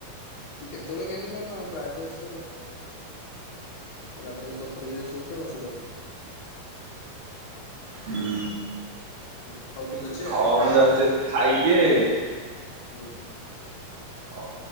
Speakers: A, on the left; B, on the right.
A: ସେ କେତେବେଳେ କେମତି କଣ ନା ଆ ପ୍ରାୟତଃ ଏ ସି ରେ ବସୁ। ରାତିରେ ତ ଉପରେ ଯାଇଁ ଶଉଚୁ ଆଉ ଅସୁବିଧା କଣ?
B: ହୁଁ
A: ହୁଁ, ହଉ ଠିକ୍ ଅଛି ଆଉ।
B: ହଉ ମୁଁ ଯାଉଛି ଖାଇଦିଏ।
A: ହୁଁ।
B: ହଉ।